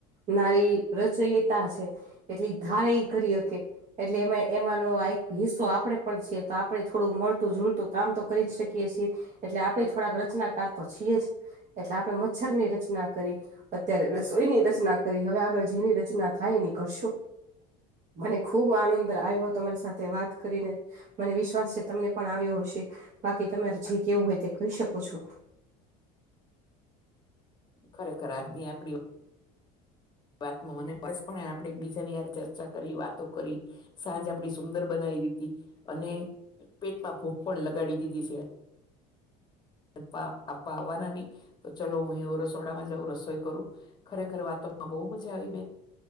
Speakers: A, on the right; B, on the left.
A: નારી રચયતા છે એટલી ધારે કરી હકે એટલે એમાં એમાંનો આ એક હિસ્સો આપણેે પણ છીએ તો આપણે થોડું મળતું જોલતું કામ તો કરી જ શકીએ છીએ એ એટલે આપે થોડાક રચનાકાર તો છીએ જ એટલે આપણે મચ્છર ની રચના કરી. અત્યારે રસોયની રચના કરી હવે આગળ જેની રચના થાય એની કરશું. મને ખુબ આનંદર આવ્યો તમારી સાથે વાત કરીને. મને વિશ્વાસ છે, તમને પણ આવ્યો હશે, બાકી તમારે જે કેવું હોય તે કહી શકો છો.
B: ખરેખર આજ ની આપડી વાતમાં મને બસ પણ આપણે એક બીજાની યારે ચર્ચા કરી વાતો કરી સાંજ આપડી સુંદર બનાવી દીધી અને પેટમાં ભુખ પણ લગાડી દીધી છે. પા આપવા આવવાના ની તો ચલો હું એવુ રસોડામાં જઉં રસોઈ કરું ખરેખર વાતોમાં બઉ મજા આવી બેન